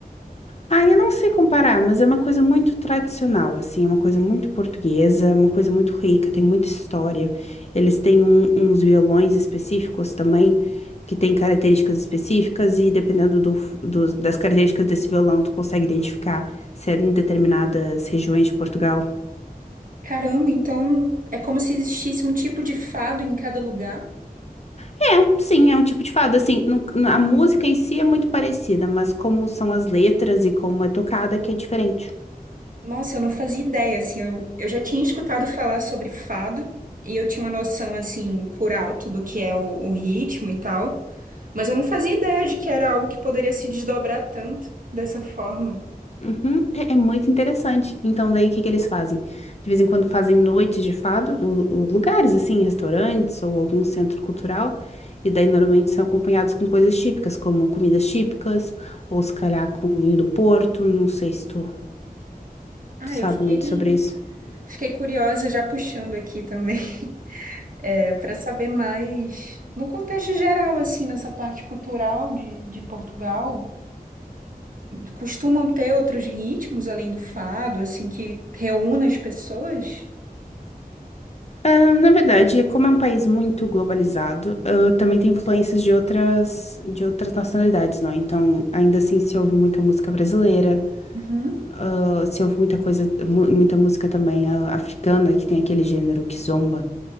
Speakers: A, on the left; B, on the right.
A: Ah, eu não sei comparar, mas é uma coisa muito tradicional, assim, é uma coisa muito portuguesa, é uma coisa muito rica, tem muita história. Eles têm um- uns violões específicos também, que têm características específicas, e dependendo do, f- dos- das características desse violão, tu consegue identificar se é em determinadas regiões de Portugal.
B: Caramba, então é como se existisse um tipo de fado em cada lugar?
A: É, sim, é um tipo de fado. Assim, no- na- a música em si é muito parecida, mas como são as letras e como é tocada que é diferente.
B: Nossa, eu não fazia ideia, assim, eu, eu já tinha escutado falar sobre fado, e eu tinha uma noção, assim, por alto do que é o o ritmo e tal, Mas eu não fazia ideia de que era algo que poderia se desdobrar tanto dessa forma.
A: Uhum, é, é muito interessante. Então, daí o que que eles fazem? De vez em quando fazem noites de fado, o- o- lugares assim, restaurantes ou algum centro cultural. E daí normalmente são acompanhados com coisas típicas, como comidas típicas, ou se calhar com vinho do Porto. Não sei se tu
B: Ah,
A: sabe
B: eu fiquei,
A: muito sobre isso.
B: fiquei curiosa, já puxando aqui também, <laughs> é, para saber mais no contexto geral, assim, nessa parte cultural de, de Portugal. Costumam ter outros ritmos além do fado, assim, que reúna as pessoas?
A: Ah, na verdade, como é um país muito globalizado, ah, também tem influências de outras, de outras nacionalidades, não? é? Então, ainda assim, se ouve muita música brasileira,
B: Uhum.
A: ah, se ouve muita coisa, mu- muita música também ah, africana, que tem aquele gênero que zomba.